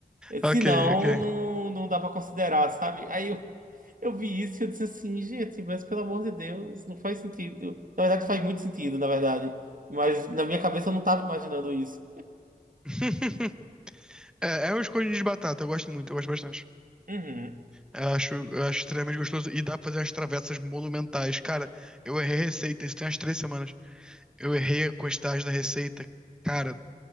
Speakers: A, on the right; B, in the centre.
A: Eh,
B: Ok,
A: Senão,
B: ok.
A: não, não dá pra considerar, sabe? Aí eu, eu vi isso e eu disse assim, gente, mas pelo amor de Deus, não faz sentido. Na verdade, faz muito sentido, na verdade. Mas na minha cabeça eu não tava imaginando isso.
B: <laughs> É, é um escondidinho de batata, eu gosto muito, eu gosto bastante.
A: Uhum.
B: Eu acho, eu acho extremamente gostoso e dá pra fazer umas travessas monumentais. Cara, eu errei a receita, isso tem umas três semanas. Eu errei a quantidade da receita. Cara,